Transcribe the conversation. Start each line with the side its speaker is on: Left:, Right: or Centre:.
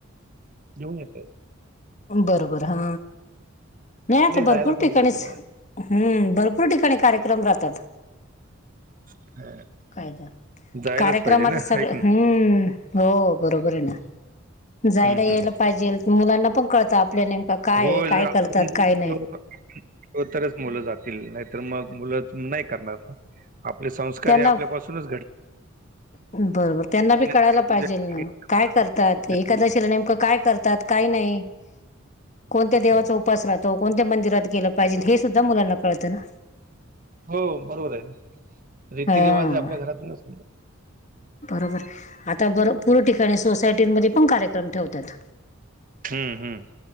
Right: <unintelligible>
Left: बरोबर हा. नाही आता
Right: आणि जायला
Left: भरपूर
Right: पण
Left: ठिकाणीच
Right: पाहिजे
Left: हम्म भरपूर ठिकाणी कार्यक्रम राहतात.
Right: ना
Left: काय
Right: जायलाच
Left: कार्यक्रमात
Right: पाहिजे ना आहे
Left: सगळं
Right: की नाही
Left: हम्म. हो बरोबर हे ना जायला
Right: हम्म, हम्म.
Left: यायला पाहिजे. मुलांना पण कळत आपल्या नेमका काय
Right: हो
Left: हे काय
Right: जर आपण
Left: करतात काय
Right: गेलो
Left: नाही.
Right: तरच मुलं जातील नाहीतर मग मुलं नाही करणार. आपले संस्कार
Left: त्यांना
Right: हे आपल्यापासूनच घडले
Left: बरोबर त्यांना बी कळायला
Right: देवपूजा
Left: पाहिजेल
Right: केली
Left: ना काय करतात
Right: नाही.
Left: एखाद नेमकं काय करतात काही नाही. कोणत्या देवाचा
Right: हम्म.
Left: उपास राहतो कोणत्या मंदिरात गेलं पाहिजे हे सुद्धा मुलांना कळतं ना.
Right: हो बरोबर आहे रीती
Left: हा
Right: रिवाज आपल्या घरातूनच
Left: बरोबर आता भरपुर ठिकाणी सोसायटींमध्ये पण कार्यक्रम ठेवतात.
Right: हम्म. हम्म.